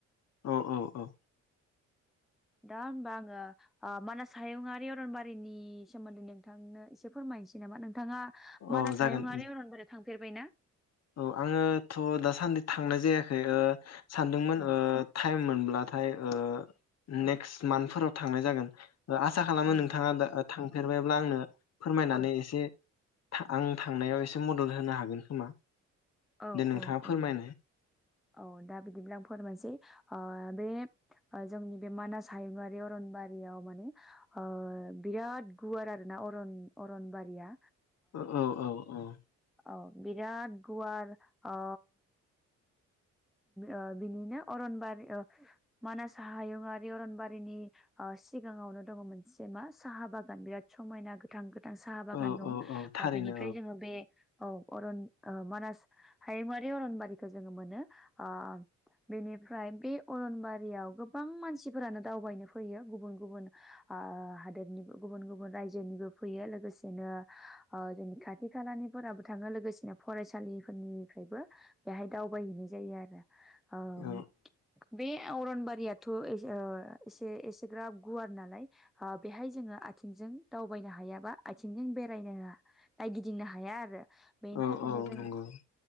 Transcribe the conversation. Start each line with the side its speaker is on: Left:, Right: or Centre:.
Left: औ औ औ
Centre: दा होनबा आङो ओ मानास हायुंआरि अरनबारिनि सोमोन्दै नोंथांनो एसे फोरमायनोसै नामा नों थाङा
Left: औ
Centre: मानास
Left: जागोन
Centre: हायुंआरि अरन बोरियाव थां फेरबायना?
Left: औ आङोथ' दासान्दि थांनाय जायाखै ओ सानदोंमोन
Centre: अ
Left: ओ टाइम मोनब्ला थाय ओ
Centre: औ
Left: नेक्स मान फोराव थांनाय जागोन। ओ आसा खालामो
Centre: औ
Left: नोंथाङा दा थां फेरबायब्ला आंनो फोरमायनानै
Centre: औ
Left: एसे आं थांनायाव एसे मदद होनो हागोन खोमा
Centre: औ,
Left: दे नोंथाङा
Centre: औ,
Left: फोरमायनाय
Centre: औ, औ दा बिदिब्ला आं फोरमायसै ओ बे ओ जोंनि बे मानास हायुंआरि अरनबारियाव माने ओ बिराद गुवार आरोना अरन अरनबारिया।
Left: ओ, औ -औ-औ
Centre: ओ बिराद गुवार अ ओ बिनिनो अरनबारि ओ मानास हायुंआारि अरनबारिनि ओ सिगाङावनो दङ मोनसे मा साहा बागान बिराद समायना गोथां साहा बागान
Left: औ
Centre: दं
Left: औ
Centre: ओ
Left: औ थारैनो
Centre: बेनिफ्राय जोङो बे औ अरन ओ मानास हायुंआरि अरनबारिखौ जोङो मोनो। आ बेनिफ्राय बे अरनबारियाव गोबां मानसिफोरानो दावबायनो फैयो गुबुन गुबुन आ हादोरनिबो गुबुन गुबुन रायजोनिबो फैयो लोगोसेनो ओ जोंनि खाथि खालानिफोराबो थाङो लोगोसेनो फरायसालिफोरनिफ्रायबो बेहाय दावबायहैय जायो आरो ओम
Left: औ
Centre: बे अरनबारियाथ' ओ एसे एसेग्राब गुवार नालाय आ बेहाय जोङो आथिंजों दावबायनो हाया बा आथिंजों बेरायनो नायगिदिंनो हाया आरो बेनि
Left: औ
Centre: थाखायनो
Left: औ
Centre: जों
Left: नंगौ